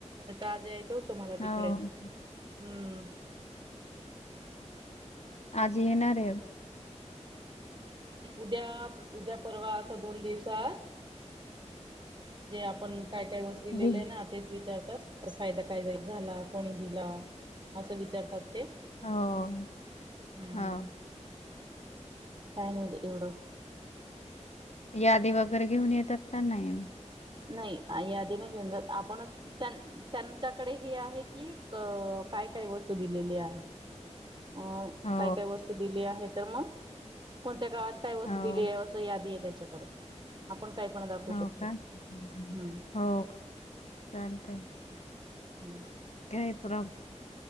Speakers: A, on the right; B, on the left.
A: आज यायच. त मला
B: हो
A: तिकडे हम्.
B: आजी येणार आहे.
A: उद्या उद्या परवा असा दोन दिवसात जे आपण काय काय वोष्ट लिलेली
B: वि-
A: आहे ना तेच विचारतात तर फायदा कायदा एक झाला. कोणी दिला असं विचारतात. ते
B: हो
A: हम्.
B: हो
A: कायन एवढं.
B: यादी वगैरे घेऊन येतात. का नाही.
A: नाही यादी नाही घेऊन जात आपणच त्यां त्यांच्याकडे हे आहे की अ काय काय वस्तू दिलेली आहे. अ
B: हो
A: काय काय वस्तू दिली आहे तर मग कोणत्या काळात काय वस्तू
B: हो
A: दिली आहे असं यादी आहे त्याच्याकडे आपण काही पण दाखवू
B: हो
A: शकतो
B: का हो
A: हम्म
B: का चालतय.
A: हम्म.
B: काही प्रब